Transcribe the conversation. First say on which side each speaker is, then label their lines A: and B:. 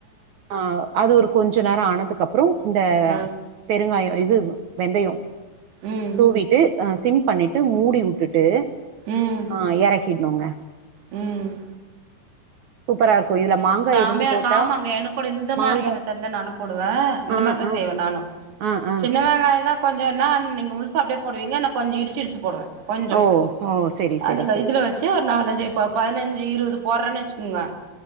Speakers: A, on the right; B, on the right.
A: ஆ அது ஒரு கொஞ்ச நேரம் ஆனதுக்கு அப்புறோ இந்த
B: ஆ
A: பெருங்காயம் இது வெந்தயம்
B: ம்
A: தூவிட்டு ஆ சிம் பண்ணிட்டு மூடி வுட்டுட்டு
B: ம்
A: ஆ எறக்கிடனுங்க
B: ம்
A: சூப்பரா இருக்கு இதுல மாங்கா
B: சாம்மையா
A: இருந்து போட்டா
B: இருக்கு ஆமாங்க என கூட இந்த
A: மாங்கா
B: மாதிரி மெத்தட்டு தா நானு போடுவே இந்த
A: ஆ
B: மாரி தா
A: ஆ
B: செய்வே நானு
A: ஆ ஆ
B: சின்ன வெங்காயம் தா கொஞ்சோ நா நீங்க முழுச அப்டியே போடுவீங்க நா கொஞ்சோ இடிச்சியிடிச்சி போடுவே கொஞ்சோ
A: ஓ ஓ செரி செரி
B: அதுல
A: செரி
B: இதுல வச்சி ஒரு நாலஞ்சு இப்போ பதினஞ்சு இருபது போடுறேன்னு வச்சுக்கோங்கே